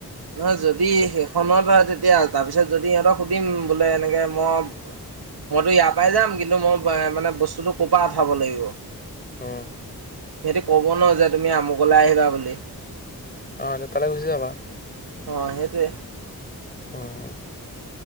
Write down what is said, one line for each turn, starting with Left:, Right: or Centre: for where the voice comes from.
Right: নহয় যদি সেইখনত হয় তেতিয়া তাৰপিছত যদি সিহঁতক সুধিম বোলে এনেকে মই মইতো ইয়াৰ পৰাই যাম কিন্তু মই আহ, মানে বস্তুটো ক'ৰ পৰা আঠাব লাগিব?
Left: উম
Right: সিহঁতি কব ন' যে তুমি আমুকলে আহিবা বুলি।
Left: অ', <unintelligible> তালে গুচি যাবা।
Right: অ, সেইটোৱে।
Left: উম,